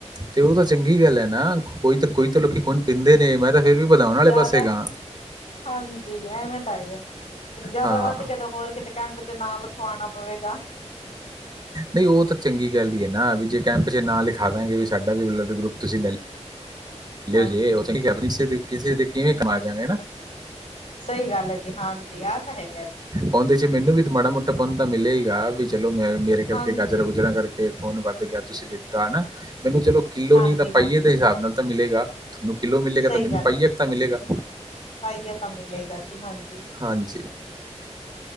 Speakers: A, on the right; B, on the left.
A: ਤੇ ਉਹ ਤਾਂ ਚੰਗੀ ਗੱਲ ਹੈ ਨਾ ਕੋਈ ਕੋਈ ਤਾਂ ਲੋਕੀ ਖੁਨ ਪੀਂਦੇ ਨੇ ਮੈਂ ਤਾਂ ਫਿਰ ਵੀ ਵਧਾਉਣ ਵਾਲੇ
B: ਜ਼ਿਆਦਾ
A: ਪਾਸੇ ਗਾ
B: ਹਾਂਜੀ ਐਵੇਂ ਤਾਂ ਹੈਗਾ ਜਿਆਦਾ
A: ਹਾਂ
B: ਵੱਧ ਗਿਆ ਹੋਰ ਕਿਤੇ ਕੈਂਪ ਚ ਨਾਮ ਲਿਖਵਾਉਣਾ ਪਵੇਗਾ
A: ਨਹੀਂ ਉਹ ਤਾਂ ਚੰਗੀ ਗੱਲ ਹੀ ਹੈ ਨਾ ਵੀ ਜੇ ਕੈਂਪ ਚ ਨਾ ਲਿਖਾ ਦਾਂਗੇ ਵੀ ਸਾਡਾ ਵੀ ਬਲੱਡ ਗਰੁੱਪ ਤੁਸੀਂ ਲੈ ਇਓ
B: ਹਾਂਜੀ,
A: ਜੇ ਹੋ ਸਕੇ ਕਿਸੇ ਤੇ ਕਿਵੇਂ ਕਮਾ ਜਾ ਰਹੇ
B: ਸਹੀ ਗੱਲ ਹੈ ਜੀ ਹਾਂ ਜੀ ਆਹ ਤਾਂ ਹੈਗਾ ਜੀ
A: ਉਹਦੇ 'ਚ ਮੈਨੂੰ ਵੀ ਮਾੜਾ ਮੋਟਾ ਪੁੰਨ ਤਾਂ ਮਿਲੇ ਗਾ ਵੀ ਚਲੋ ਮੈਂ ਮੇਰੇ ਕਰਕੇ
B: ਹਾਂਜੀ।
A: ਗਾਜਰਾਂ ਗੁਜਰਾਂ ਕਰਕੇ- ਕੇ ਫੋਨ ਵਰਤ ਗਿਆ ਤੁਸੀਂ ਦਿੱਤਾ ਨਾ ਮੈਨੂੰ ਚਲੋ ਕਿਲੋ
B: ਹਾਂਜੀ-ਹਾਂਜੀ,
A: ਨੀ ਤਾਂ ਪਾਈਏ ਦੇ ਹਿਸਾਬ ਨਾਲ ਤਾਂ ਮਿਲੇਗਾ ਤੁਹਾਨੂੰ ਕਿਲੋ ਮਿਲੇਗਾ
B: ਸਹੀ
A: ਤਾਂ ਮੈਨੂੰ
B: ਗੱਲ
A: ਪਾਈਏ
B: ਹੈ
A: ਇੱਕ ਤਾਂ ਮਿਲੇਗਾ
B: ਪਾਈਆ ਤਾਂ ਮਿਲੇਗਾ ਜੀ ਹਾਂਜੀ
A: ਹਾਂਜੀ